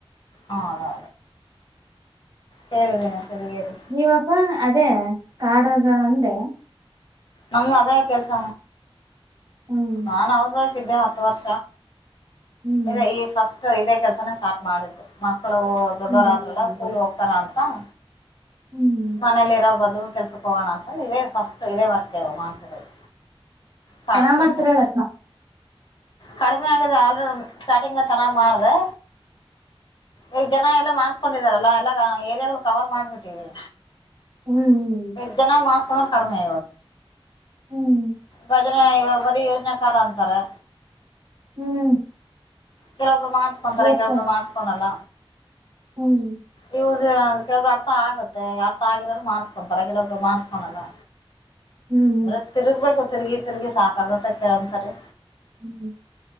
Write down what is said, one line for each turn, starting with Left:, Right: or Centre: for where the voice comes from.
Left: ಹಾಹಾ ಹೇಳಿದ್ನಲ್ಲ ಸಿರಿಗೆರಿ.
Right: ನೀವಪ್ಪ ಅದೇ ಕಾಡದು ಅಂದೆ.
Left: ನಮ್ ಅದೇ ಕೆಲ್ಸ.
Right: ಹ್ಮ್
Left: ನಾನ್ ಹೌಸ್ ವೈಫ್ ಇದ್ದೆ ಹತ್ತು ವರ್ಷ.
Right: ಹ್ಮ್
Left: ಇದೆ ಈ ಫಸ್ಟ್ ಇದೇ ಕೆಲ್ಸನ ಸ್ಟಾರ್ಟ್ ಮಾಡಿದು ಮಕ್ಕಳು ದೊಡ್ಡೋರ
Right: ಹ್ಮ್
Left: ಆದ್ರಲ್ಲ ಸ್ಕೂಲ್ ಹೋಗ್ತಾರ ಅಂತ. ಹಾ
Right: ಹ್ಮ್
Left: ಮನೇಲಿ ಇರೋ ಬದ್ಲು ಕೆಲ್ಸಕ್ ಹೋಗೋಣ ಅಂತ ಇದೇ ಫಸ್ಟ್ ಇದೇ ವರ್ಕ್ ಮಾಡ್ತಿರೋದು. ತೋಟ
Right: ಚೆನ್ನಾಗ್
Left: ಕೆಲಸ.
Right: ಮಾಡ್ತಿರಲ್ಲ
Left: ಕಡಿಮೆ ಆಗಿದೆ ಆಲ್ ಸ್ಟಾರ್ಟಿಂಗ್ ಚೆನ್ನಾಗ್ ಮಾಡಿದೆ. ಈಗ ಜನ ಎಲ್ಲ ಮಾಡ್ಸ್ಕೊಂಡಿದಾರಲ್ಲ ಎಲ್ಲ ಏರಿಯಾಗಳು ಕವರ್ ಮಾಡ್ಬಿಟ್ಟಿವವಿ.
Right: ಹ್ಮ್ಹ್ಮ್
Left: ಜನ ಮಾಡಿಸಿಕೊಳೋದು ಕಡಿಮೆ.
Right: ಹ್ಮ್
Left: ಭಜ್ರ ಇವಾಗ ಬರೀ ಯೋಜನೆ ಕಾರ್ಡ್ ಅಂತಾರೇ.
Right: ಹ್ಮ್
Left: ಕೆಲವೊಬ್ರು ಮಾಡ್ಸ್ಕೊಂತಾರೆ
Right: ಇವತ್ತ
Left: ಕೆಲವೊಬ್ರು ಮಾಡ್ಸ್ಕೊನಲ್ಲ.
Right: ಹ್ಮ್
Left: ಇದು ಕೆೇಳ ಅರ್ಥ ಆಗುತ್ತೆ ಅರ್ಥ ಆಗಿರೋ್ರು ಮಾಡಿಸಿ. ಅಂದ್ರೆ ಕೆಲವೋಬ್ರು ಮಾಡಿಸಿಕೊಳೋಲ್ಲ.
Right: ಹ್ಮ್
Left: ಅಂದ್ರೆ ತೀರಗ್ಬೇಕು ತಿಗಿತಿರ್ಗಿ ಸಾಕಗುತ್ತೆ ಕೆಲವು ಒಂದು ಸರಿ.
Right: ಹ್ಮ್